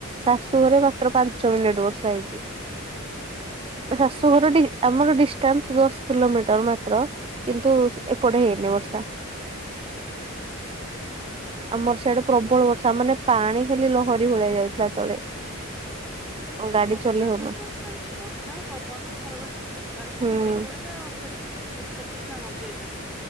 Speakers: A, on the right; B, in the centre.
A: ଶାଶୁଘରେ ମାତ୍ର ପାଞ୍ଚ ମିନିଟ ବର୍ଷା ହେଇଛି।
B: ବହୁତ
A: ଶାଶୁଘରଟି
B: ଜୋର ବର୍ଷା
A: ଆମର ଡି ଦଶ କିଲୋମିଟର ମାତ୍ର। କିନ୍ତୁ ଏପଟେ ହେଇନି ବର୍ଷ। ସାତ।
B: ହୁଁ ହୁଁ।
A: ଆମର ସ୍ୟାଡେ ପ୍ରବଳ ବର୍ଷା। ମାନେ ପାଣି ଖାଲି ଲହରୀ ଭଳି ଯାଉଥିଲା ତଳେ। ଗାଡି
B: ବହୁତ
A: ଚଲେଇ
B: ଜୋର
A: ହଉ
B: କାଲି ବର୍ଷା ହେଇଛି। ବର୍ଷା ପବନ ଘରଘରି କାଲି ତ
A: ହୁଁ।
B: ସେ ବିଜୁଳି ଟା କେତେ ଛୁଆ ମରି ଯାଇଛନ୍ତି।